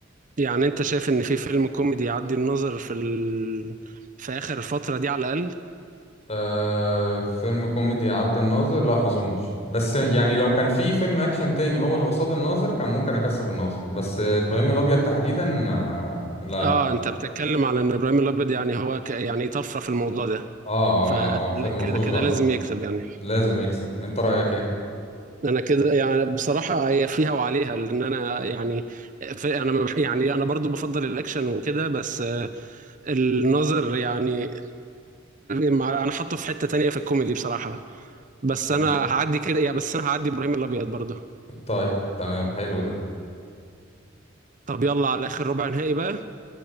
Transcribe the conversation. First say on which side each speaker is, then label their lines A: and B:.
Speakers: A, on the right; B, on the left.
A: يعني انت شايف ان في فيلم كوميدي يعدي النظر في ال... في اخر الفترة دي على الاقل
B: آه فيلم كوميدي عد الناظر لا ما اظنش بس يعني لو كان في فيلم اكشن تاني هو اللي قصاد الناظر كان ممكن اكسب الناظر بس آه، ابراهيم الابيض تحديدا آه لا لا
A: اه انت بتتكلم على ان ابراهيم الابيض يعني هو ك... يعني طفرة في الموضوع ده
B: اه
A: فكده
B: اه لا هو فيلم ما فيهوش
A: كده
B: غلطة
A: لازم
B: فعلا
A: يكسب يعني
B: لازم يكسب انت رأيك ايه
A: انا كده يعني بصراحة هي فيها وعليها لان انا يعني في... انا ما بح- يعني انا برضو بفضل الاكشن وكده بس آه، النظر يعني مع- انا حاطه في حتة تانية في الكوميدي بصراحة بس
B: طب
A: انا هعدي كده يا بس انا هعدي ابراهيم الابيض برضه
B: طيب تمام حلو ده
A: طب يلا على اخر ربع نهائي بقى